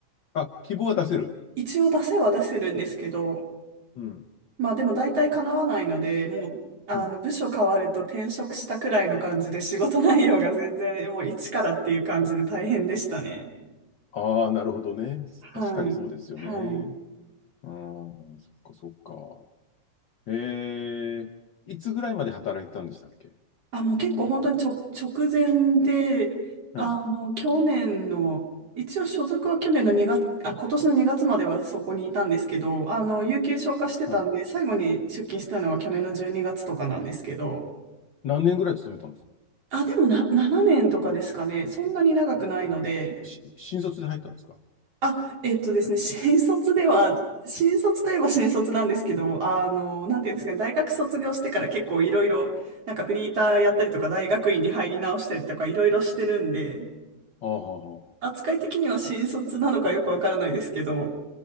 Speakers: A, on the left; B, on the right.
A: あ、希望は出せる。
B: 一応出せは出せるんですけど、
A: うん、
B: まあでも大体叶わないので、もう、あの、
A: うん。
B: 部署変わると転職したくらいの感じで仕事内容が全然もう一からっていう感じで大変でしたね。
A: ああ、なるほどね。
B: はい。
A: 確かにそうですよね。
B: はい。
A: うん、そっかそっか。ええいつぐらいまで働いてたんでしたっけ
B: あ、もう結構本当にちょ、直前で、
A: はい、
B: あの、去年の、一応所属は去年の2月、あ、今年の2月まではそこにいたんですけど、あの、有給消化してたんで、
A: はい。
B: 最後に出勤したのは去年の12月とかなんですけど、
A: 何年ぐらい勤めたんです
B: あ、でもな、7年とかですかね、そんなに長くないので、
A: あし新卒で入ったんですか
B: あ、えっとですね、新卒では、新卒といえば新卒なんですけど、あの、なんていうんですかね、大学卒業してから結構いろいろ、なんかフリーターやったりとか、大学院に入り直したりとか、いろいろしてるんで、
A: ああ、は
B: 扱い的には新卒なのかよくわからないですけど、